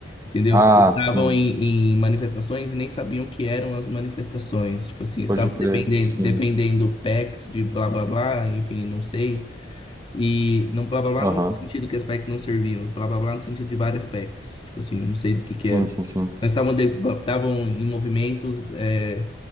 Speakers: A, on the left; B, on the right.
A: entendeu?
B: Ah,
A: Estavam
B: sim.
A: em, em manifestações e nem sabiam o que eram as manifestações. Tipo assim, estavam
B: Pode crer,
A: dependendo,
B: sim.
A: defendendo PECs de blá blá blá, enfim, não sei. E não blá blá blá
B: Aham.
A: não no sentido que as packs não serviam, blá blá blá no sentido de várias packs. Tipo assim, eu não sei do que que
B: Sim,
A: era.
B: sim, sim.
A: Mas estavam de- estavam em movimentos é,